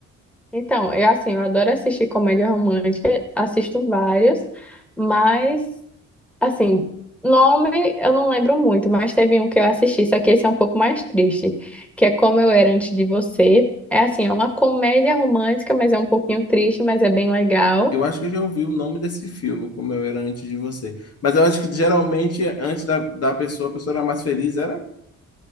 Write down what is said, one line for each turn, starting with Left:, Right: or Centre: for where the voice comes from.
Centre: Então, eu assim, eu adoro assistir comédia romântica, assisto vários, mas. Assim, nome eu não lembro muito, mas teve um que eu assisti, só que esse é um pouco mais triste, que é Como Eu Era Antes de Você. É assim, é uma comédia romântica, mas é um pouquinho triste, mas é bem legal.
Left: Eu acho que eu já ouvi o nome desse filme, como eu era antes de você. Mas eu acho que geralmente, antes da, da pessoa, a pessoa era mais feliz, era?